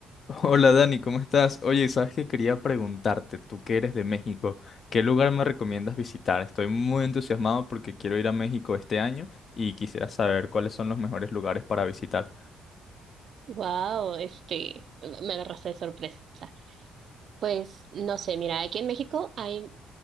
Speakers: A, on the left; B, on the right.
A: Hola Dani, ¿cómo estás? Oye, sabes que quería preguntarte, tú que eres de México, ¿qué lugar me recomiendas visitar? Estoy muy entusiasmado porque quiero ir a México este año y quisiera saber cuáles son los mejores lugares para visitar.
B: Wow, este, me agarraste de sorpresa. Pues no sé, mira, aquí en México hay